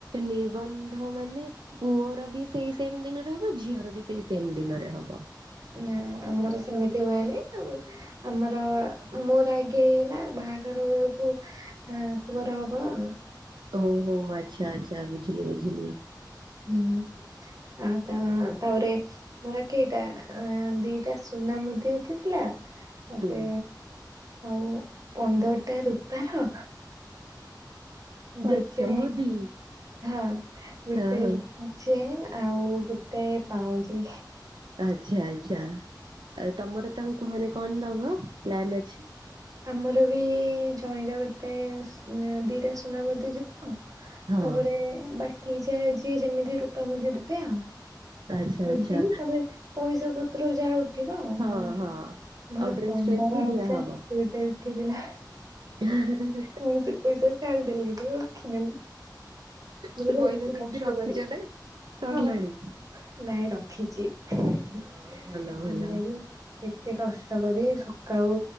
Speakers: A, on the right; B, on the right.
A: ନିର୍ବନ୍ଧ ମାନେ ପୁଅର ବି ସେଇ ସେମ୍ ଦିନରେ ହବ ଝିଅର ବି ସେଇ ସେମ୍ ଦିନରେ ହବ।
B: ନା ଆମର ସେମିତି ହୁଏନି ଆମ ଆମର ମୋର ଆଗେ ହେଇଗଲା ବାହାଘର ବେଳକୁ ହଁ ପୁଅର ହବ ଆଉ।
A: ହୋଉ ହୋଉ ଆଚ୍ଛା ଆଚ୍ଛା ବୁଝିଲ ବୁଝଲି।
B: ହୁଁ ଆ ତା ତାପରେ ମୋର କେଇଟା ଅଁ ଦିଟା ସୁନା ମୁଦି ଉଠିଥିଲା। ତାପରେ
A: ହୁଁ
B: ଆଉ ପନ୍ଦରଟା ରୂପାର
A: ଆଚ୍ଛା
B: ଗୋଟେ
A: ମୋଦି
B: ହଁ ଗୋ
A: ହଁ ହଁ
B: ଚେନ୍ ଆଉ ଗୋଟେ ପାଉଁଜି।
A: ଆଚ୍ଛା ଆଚ୍ଛା ଆଉ ତମର ତାଙ୍କୁ ମାନେ କଣ ଦବ ପ୍ଲନ୍ ଅଛି।
B: ଆମର ବି ଜଇଁର ଗୋଟେ ସ ଦିଟା ସୁନା ମୁଦି ଯିବ। ଅ
A: ହଁ
B: ତାପରେ ବାକି ଯା ଯିଏ ଯେମିତି ରୂପା ମୁଦି ଦେବେ ଆଉ।
A: ଆଚ୍ଛା
B: ମୁଦି
A: ଆଚ୍ଛା
B: ତାପରେ ପଇସା ପତ୍ର ଯାହା ଉଠ ଉଠିବ ଆଉ
A: ହଁ
B: ମୋର କେତେ
A: ହଁ।
B: ମୋର
A: ଆଉ ଡ୍ରେସ୍
B: ପନ୍ଦର
A: ଫ୍ରେସ୍ ବି
B: ହଜାର
A: ଦିଆହବ
B: କେତେ ଗୋଟେ ଉଠିଥିଲା।
A: <unintelligible>
B: ମୁଁ ସେ ପଇସା କାହାକୁ ଦେଲିିନି ରଖି ନେଲି। ମୁଁ
A: ସେ
B: କହିଲି
A: ପଇସା
B: ଏତେ
A: ସେମିତି
B: କଷ୍ଟ
A: ରଖିଛ
B: କରି
A: ନା ସରିଲାଣି?
B: ହଁ ନାଇଁ ରଖିଚି ମୁଁ
A: ହଁ ଭଲ ଭଲ
B: କହିଲି ଏ ଏତେ କଷ୍ଟ କରି ସକାଳୁ